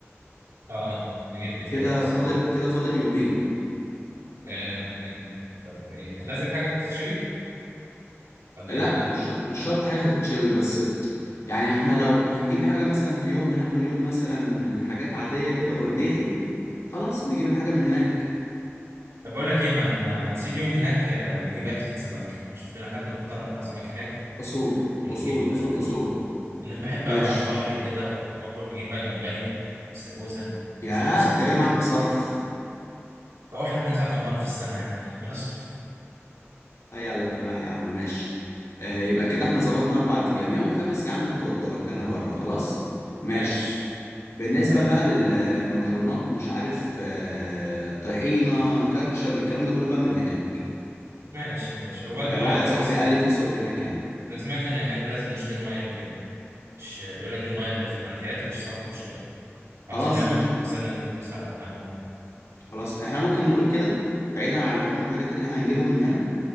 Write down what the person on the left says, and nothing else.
كده
فاضل كده فاضل يومين
لأ
مش شر- مش شرط حاجة تتشوي بس يعني احنا لو هنجيب حاجة مثلا في يوم هناكل يوم مثلا حاجات عادية كده أرديحي خلاص نجيب الحاجة من هناك
أصول
أصول
أصول أصول
ماشي
يا
أنت
جاي معاك بصرف
هيا على الفلاح يا عم ماشي آه يبقى كده احنا ظبطنا أربع أيام يوم خامس يا عم هتقضى لو كلنا بره خلاص ماشي
بالنسبة
بقى للمكرونات مش عارف آه، طحينة كاتشب الكلام ده كله بقى من هناك
يعني واحد صاحبي
قال لي في سوق هناك يعني
خلاص
ماشي
خلاص احنا ممكن نقول كده بعيدا عن اللحوم والحاجات اللي احنا هنجيبها من هنا